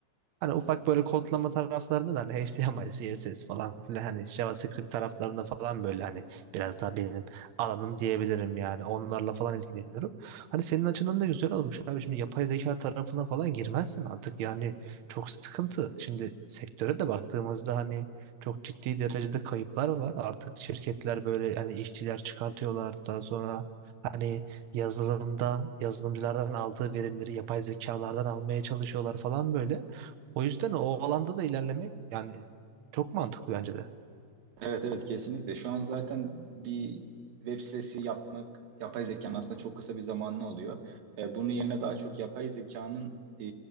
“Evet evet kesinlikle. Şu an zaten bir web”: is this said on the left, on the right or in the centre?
Right